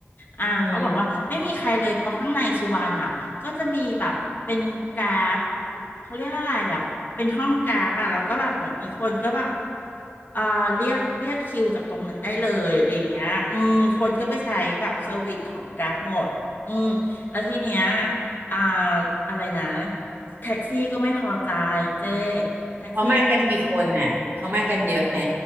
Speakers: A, on the left; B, on the right.
A: อ่าเขาบอกว่าไม่มีใครเลยเพราะข้างในสุวรรณอ่ะ
B: อืม
A: ก็จะมีแบบเป็นกราฟเขาเรียกอะไรอ่ะเป็นห้องกราฟอ่ะแล้วก็แบบเหมือนมีคนก็แบบเอ่อเรียกเรียกคิวจากตรงนั้นได้เลยอะไรอย่างเงี้ยอืมคนก็ไปใช้แบบเซอร์วิสของกราฟหมดอืมแล้วทีเนี้ยอ่าอะไรนะแท็กซี่ก็ไม่พอใจเจ้แท็กซี่
B: เขามากันกี่คนน่ะเขามากันเยอะไหม